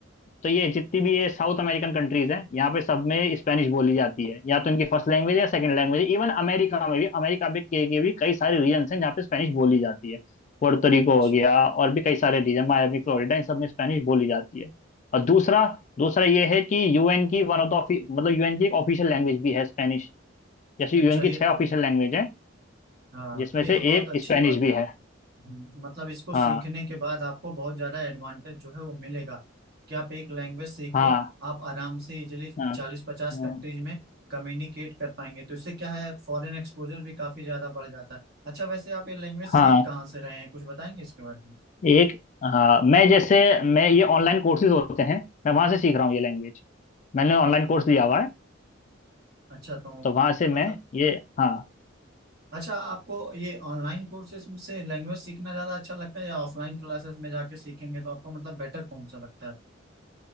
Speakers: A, on the left (about 40°); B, on the right (about 55°).
A: तो ये जितनी भी ये साउथ अमेरिकन कंट्रीज हैं यहाँ पे सब में स्पेनिश बोली जाती है या तो इनकी फर्स्ट लैंग्वेज या सेकंड लैंग्वेज इवन अमेरिका में भी अमेरिका में के, के भी कई सारे रीजन्स हैं जहाँ पे स्पेनिश बोली जाती है पोर्टोरिको
B: अच्छा
A: हो गया और भी कई सारे रीजन मायामी फ्लोरिडा इन सब में स्पेनिश बोली जाती है और दूसरा दूसरा ये है कि यूएन की वन ऑफ द ऑफि- मतलब यूएन की एक ऑफिशियल लैंग्वेज भी है स्पेनिश जैसे
B: अच्छा
A: यूएन की
B: ये
A: छह
B: तो
A: ऑफिशियल लैंग्वेज है
B: हाँ
A: जिसमें
B: ये
A: से
B: तो बहुत
A: एक
B: अच्छी
A: स्पेनिश
B: बात है
A: भी है
B: हम्म, मतलब इसको
A: हाँ
B: सीखने के बाद आपको बहुत ज्यादा एडवांटेज जो है वो मिलेगा कि आप एक लैंग्वेज सीख
A: हाँ
B: के आप आराम से इजिली
A: हाँ हाँ
B: चालीस पचास कंट्रीज
A: हाँ,
B: में कम्युनिकेट कर पाएंगे तो इससे क्या है फॉरेन एक्सपोजर भी काफी ज्यादा बढ़ जाता है अच्छा वैसे आप ये लैंग्वेज
A: हाँ।
B: सीख कहाँ से रहे हैं कुछ बताएंगे इसके बारे में
A: एक हाँ मैं जैसे मैं ये ऑनलाइन कोर्सेज होते हैं मैं वहां से सीख रहा हूँ ये लैंग्वेज मैंने ऑनलाइन कोर्स लिया हुआ है
B: अच्छा तो
A: तो वहां से मैं
B: मतलब
A: ये हाँ
B: अच्छा आपको ये ऑनलाइन कोर्सेज से लैंग्वेज सीखना ज्यादा अच्छा लगता है या ऑफलाइन क्लासेस में जाके सीखेंगे तो आपको मतलब बेटर कौन सा लगता है